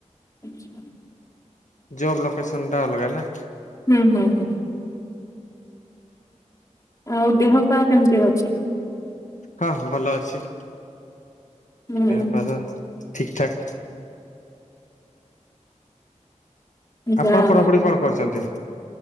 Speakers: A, on the left; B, on the left.
A: <unintelligible>
B: ଜବ୍ ଲୋକେସନ୍ ଟା ଅଲଗା ନା।
A: ହୁଁ ହୁଁ ହୁଁ। ଆଉ ଦେହ ପାହା କେମିତି ଅଛି?
B: ହଁ ଭଲ ଅଛି।
A: ହୁଁ
B: ଦେହ ପୁରା ଠିକ୍ ଠାକ୍।
A: ଯାହା
B: ଆପଣ ପଢ଼ାପଢ଼ି
A: ହଉ
B: କଣ କରିଚନ୍ତି?